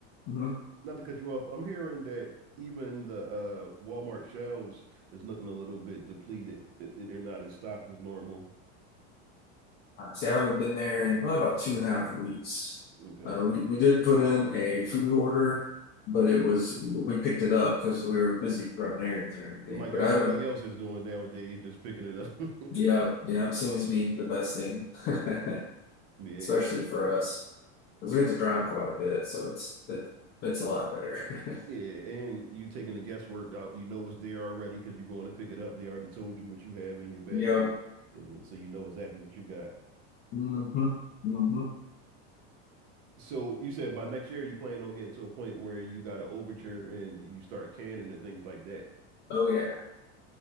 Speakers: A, on the left (about 30°); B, on the right (about 55°).
A: mhm.
B: not to cut you off, I'm hearing that even the uh Walmart shelves is looking a little bit depleted. It- it- They're not as stocked as normal.
A: See, I haven't been there in probably about two and a half weeks.
B: Okay.
A: Uh, we, we did put in a food order, but it was, we picked it up because we were busy running errands and everything.
B: Like
A: But
B: everybody
A: I haven't,
B: else is doing nowadays, just picking it up. <laughs>
A: yeah, yeah, it seems to be the best thing, <laughs>
B: Yeah,
A: especially for us. Because we have to drive quite a bit, so it's it, it's a lot better.
B: yeah,
A: <laughs>
B: and you taking the guesswork out. You know what's there already because you're going to pick it up. They already told you what you have in your bag,
A: Yep.
B: and so you know exactly what you got.
A: hmm hmm
B: So you said by next year you plan on getting to a point where you got an overture and you start canning and things like that.
A: Oh yeah,